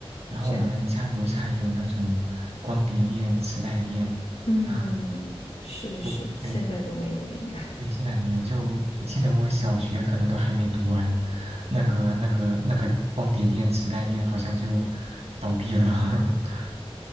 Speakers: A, on the right; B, on the left.
A: 然后我们家楼下也有那种光碟店、
B: 这样。
A: 磁带店，
B: 嗯，
A: 啊，
B: 是是是，
A: 不对
B: 现在都没有了，应该。
A: 对，现在没有。就我记得我小学可能都还没读完，那个那个那个光碟店、磁带店好像就倒闭了，<laughs>